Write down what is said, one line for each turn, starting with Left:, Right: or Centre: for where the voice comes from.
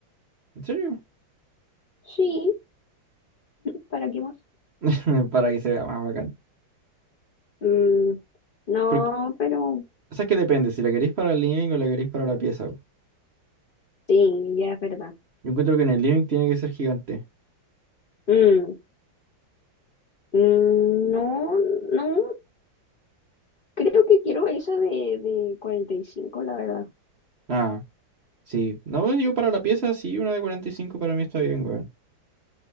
Right: ¿En serio?
Left: Sí, ¿para qué más?
Right: <laughs> Para que se vea más bacán.
Left: Mm, no,
Right: Porque,
Left: pero
Right: o sea, que depende, si la queréis para el living o la queréis para la pieza.
Left: sí, ya es verdad.
Right: Yo encuentro que en el living tiene que ser gigante.
Left: Mm, mm, no, no, creo que quiero esa de, de 45 la verdad.
Right: Ah, sí. No, yo para la pieza sí, una de 45 para mí está bien, weón.